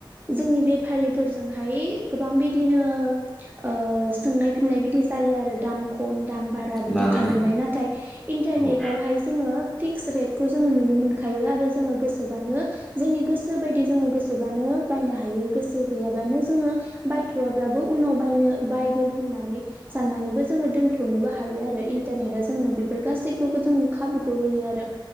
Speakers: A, on the right (about 25°); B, in the centre.
A: जोंनि बेफारिफोरजों हाय गोबां बिदिनो ओ सोंनाय फिन्नाय बिदि जायो आरो दाम खम दाम बारा बिदि
B: लानानै
A: खालामनाय
B: औ
A: नाथाय इन्टारनेटावहाय
B: औ
A: जोङो फिक्स रेटखौ जोङो नुनो मोनखायो आरो जोङो गोसोबानो जोंनि गोसो बायदि जोङो गोसोबानो बायनो हायो गोसो गैयाबानो जोङो बायथ'वब्लाबो उनाव बायनो बायगोन होननानै साननानैबो जोङो दोनथ'नोबो हायो हायो आरो इन्टारनेटा जोंनो बेफोर गासैखौबो जों खाबुखौ होयो आरो